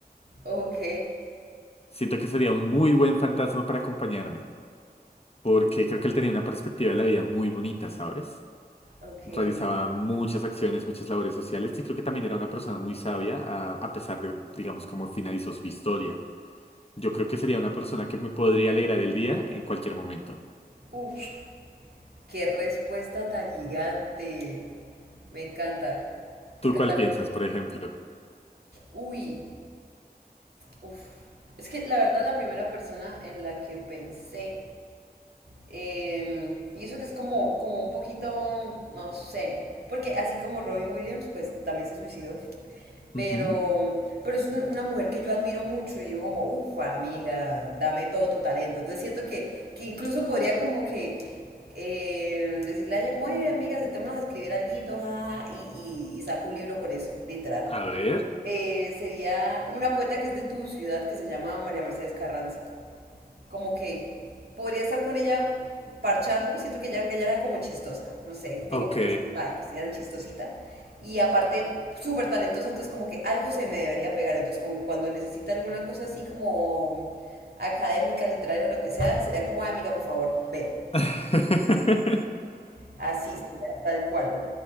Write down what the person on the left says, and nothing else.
Siento que sería un muy buen fantasma para acompañarme. porque creo que él tenía una perspectiva de la vida muy bonita, ¿sabes?
Realizaba muchas acciones, muchas labores sociales y creo que también era una persona muy sabia a, a pesar de, digamos, cómo finalizó su historia. Yo creo que sería una persona que me podría alegrar el día en cualquier momento.
¿Tú
cuál piensas, por ejemplo?
Ujú,
A ver,
ok.
<laughs>